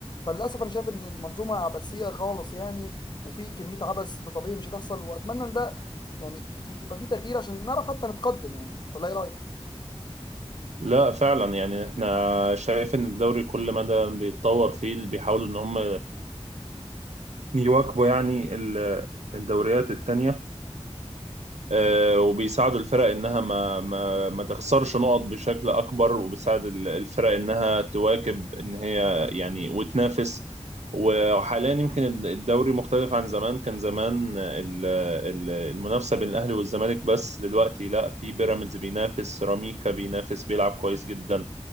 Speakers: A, on the left; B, on the right.
A: فللاسف انا شايف ان المنظومه عبثيه خالص يعني وفي كميه عبث طبيعي مش هتحصل واتمنى ان ده يعني يبقى في تغيير عشان نعرف حتى نتقدم يعني ولا ايه رايك
B: لا فعلا يعني احنا شايف ان الدوري كل مدى بيتطور فيه بيحاولوا ان هم يواكبوا يعني ال- الدوريات التانية آه، وبيساعدوا الفرق انها ما ما ما تخسرش نقط بشكل اكبر وبيساعد ال- الفرق انها تواكب ان هي يعني وتنافس وحاليا يمكن الد- الدوري مختلف عن زمان كان زمان ال- ال- المنافسة بين الاهلي والزمالك بس دلوقتي لا في بيراميدز بينافس سيراميكا بينافس بيلعب كويس جدا